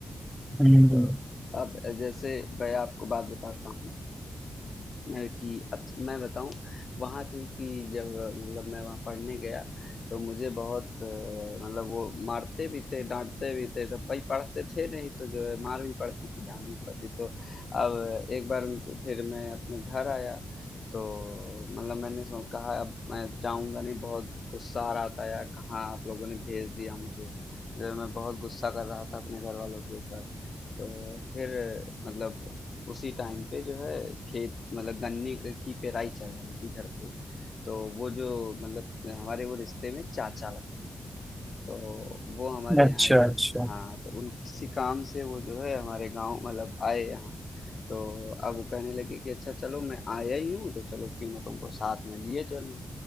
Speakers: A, in the centre; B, on the left.
A: हम्म
B: तो। अब जैसे मैं आपको बात बताता हूँ अ, कि अब तो मैं बताऊँ वहाँ चूँकि जब मतलब मैं वहाँ पढ़ने गया तो मुझे बहुत अ, मतलब वो मारते भी थे, डाँटते भी थे, तो भाई पढ़ते थे नहीं तो जो है मार भी पड़ती थी, डाँट भी पड़ती। तो अब एक बार उनके फिर मैं अपने घर आया तो मतलब मैंने सो कहा अब मैं जाऊँगा नहीं, बहुत गुस्सा आ रहा था यार कहाँ आप लोगों ने भेज दिया मुझे। जो है मैं बहुत गुस्सा कर रहा था अपने घर वालों के ऊपर। तो फिर मतलब उसी टाइम पे जो है खेत मतलब गन्ने क- की पेराई चल रही थी घर पे तो वो जो मतलब हमारे वो रिश्ते में चाचा लगते तो वो हमारे
A: अच्छा
B: यहाँ जो
A: अच्छा
B: हाँ तो उन किसी काम से वो जो है हमारे गांव मतलब आए यहाँ तो अब वो कहने लगे कि अच्छा चलो मैं आया ही हूँ तो चलो क्यों ना तुमको साथ में लिए चलूँ